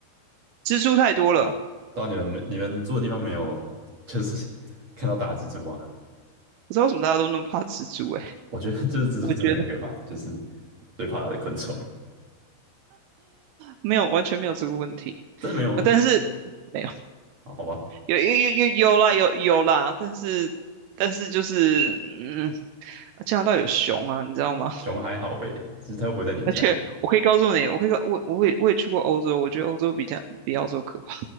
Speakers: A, on the right; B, on the right.
A: 蜘蛛太多了，
B: 到你们你们住的地方没有，就是 <laughs> 看到大蜘蛛吗？
A: 不知道为什么大家都那么怕蜘蛛诶、
B: 我觉得就是蜘蛛真的很可怕，
A: <laughs> 我觉得
B: 就是最怕的昆虫。
A: 没有，完全没有这个问题。
B: 真的没有吗？
A: 呃但是没有，
B: 啊，好吧，
A: 有有有有有啦，有有啦，但是但是就是嗯，加拿大有熊啊，你知道吗？
B: 熊还好呗，就是它又不会在你家
A: 而且我可以告诉你，我可以告我我也我也去过欧洲，我觉得欧洲比较比澳洲可怕，